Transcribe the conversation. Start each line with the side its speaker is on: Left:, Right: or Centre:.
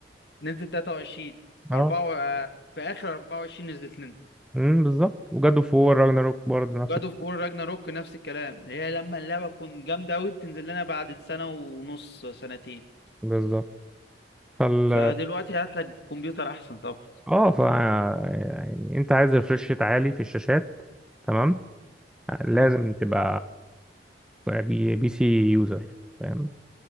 Left: نزلت 23
Centre: اه
Left: 4 في اخر 24 نزلت لنا
Centre: امم بالظبط وجاد اوف وور راجناروك برضه نفسك
Left: جاد اوف وور راجناروك نفس الكلام اللي هي لما اللعبه تكون جامده قوي بتنزل لنا بعد سنه ونص سنتين
Centre: بالظبط فال
Left: فدلوقتي هات لك كمبيوتر احسن طبعا
Centre: اه ف يعني انت عايز ريفرش ريت عالي في الشاشات تمام لازم
Left: اه
Centre: تبقى بي, بي سي يوزر فاهم